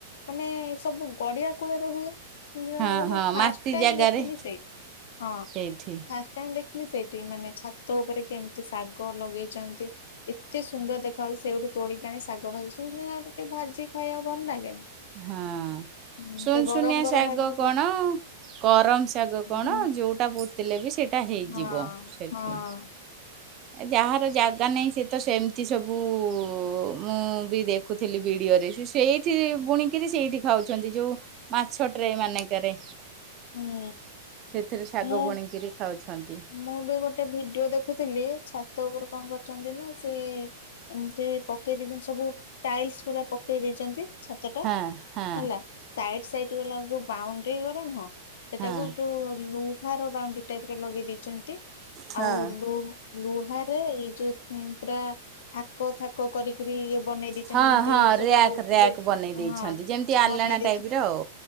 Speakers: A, on the left; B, on the right.
A: ମାନେ ସବୁ ଗଡିଆ କୂଳରେ ହୁଏ।
B: ହଁ
A: ମୁ
B: ହଁ
A: ଫାଷ୍ଟ
B: ମାଟି
A: ଟାଇମ
B: ଜାଗାରେ
A: ଦେଖିଲି ସେଇଠି ହଁ ଫାସ
B: ସେଇଠି
A: ଫାଷ୍ଟ ଟାଇମ ଦେଖିଲି ସେଇଠି ମାନେ ଛାତ ଉପରେ କେମିତି ଶାଗ ଲଗେଇଛନ୍ତି ଏତେ ସୁନ୍ଦର ଦେଖ ଚି ଉ ସେଇଠୁ ତୋଳିକିଆଣି ଶାଗ ଭାଜି ଶୁନୁ ଶୁନିଆ ସାଗଟା ଟିକେ ଭାଜିକି ଖାଇବାକୁ ଭଲ ଲାଗେନି?
B: ହଁ।
A: ହୁଁ
B: ସୁନସୁନିଆ
A: ସେ ଗରମ ଗରମ
B: ଶାଗ
A: ଭାଜି
B: କଣ କରମ ଶାଗ
A: ହଁ
B: କଣ
A: ହଁ
B: ଯୋଉଟା ବହୁ ଥିଲେ ବି ସେଇଟା ହେଇଯିବ
A: ହଁ।
B: ସେଠି
A: ହଁ
B: ଯାହାର ଜାଗା ନାହିଁ ସେ ତ ସେମ ସେମତି ସବୁ ମୁଁ ବି ଦେଖୁଥିଲି ବିଡିଓରେ ସେ ସେଇଠି ବୁଣିକିରି ସେଇଠି ଖାଉଛନ୍ତି ଯୋଉ ମାଛଟ୍ରେ ମାନେକେରେ।
A: ହୁଁ
B: ସେଥିରେ ଶାଗ
A: ମୁଁ
B: ବୁଣିକିରି ଖାଉଛନ୍ତି।
A: ମୁଁ ବି ଗୋଟେ ଭିଡିଓ ଦେଖୁଥିଲି ଛାତ ଉପରେ କଣ କରୁଛନ୍ତି ନା ସେ ଏମିତି ପକେଇ ଦେଇଛନ୍ତି ସବୁ ଟାଇଲସ ପୁରା ପକେଇ ଦେଇଛନ୍ତି। ଛାତ ଟା
B: ହଁ ହଁ
A: ହେଲା ସାଇଡ ସାଇଡ ଗଲା ଯୋଉ ବାଉଣ୍ଡରି ଗରା ନୁହଁ ସେଟାକୁ
B: ହଁ।
A: ଯୋଉ ଲୁହାର ବାଉଣ୍ଡରି ଟାଇପର ଲଗେଇ ଦେଇେଇଛନ୍ତି
B: ହଁ।
A: ଆଉ ଲୁ ଲୁହାରେ ଏଇ ଯୋଉ ପୁରା ଥାକ ଥାକ କରିକରି ଇଏ ବନେଇ ଦେଇି
B: ହଁ
A: ଯେମିତି
B: ହଁ
A: ସବୁ
B: ରିୟାକ୍ ରିୟାକ୍
A: ଇଏ
B: ବନେଇ ଦେଇଛନ୍ତି
A: ହଁ
B: ଯେମିତି ଆଲାଣା
A: ବନେଇ ଦେଇଚି
B: ଟାଇପ୍ ର ଆଉ